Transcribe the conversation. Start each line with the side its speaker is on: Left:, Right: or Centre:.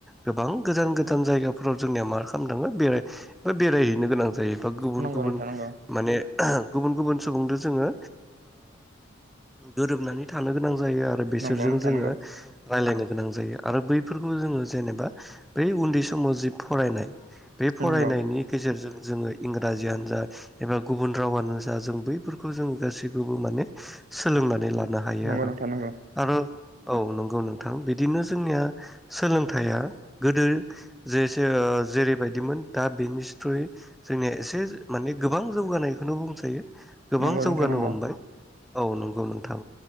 Centre: गोबां गोजान गोजान जायगाफोराव जोंनिया मा खालाम थाङो बेा बेरायहैनो गोनां जायो बा गुबुन
Right: नंगौ
Centre: गुबुन माने गुबुन गुबुन सुबुंजों जोङो गोरोबनानै थानो गोनां जायो आरो बिसोरजों
Right: नंगौ नोंथां
Centre: जोङो
Right: नंगौ
Centre: राय्लायनो गोनां जायो आरो बैफोरखौ जोङो जेनेबा बै उन्दै समाव जि फरायनाय बे फरायनायनि
Right: नंगौ
Centre: गेजेरजों जोङो इंराजियानो जा एबा गुबुन रावानो जा जों बैफोरखौ जों गखौबो माने सोलोंनानै लानो हायो
Right: नंगौ
Centre: आरो
Right: नोंथां नंगौ
Centre: आरो औ नंगौ नोंथां बिदिनो जोंनिया सोलोंथाइया गोदो जेसे जेरैबायदिमोन दा बेनि थ्रुयै जोंनिया एसे माने गोबां जौगानायखौनो बुंखायो गोबां
Right: नंगौ
Centre: जौगानो
Right: नोंथां नंगौ नोंथां नंगौ नोंथां नंगौ
Centre: हमबाय औ नंगौ नोंथां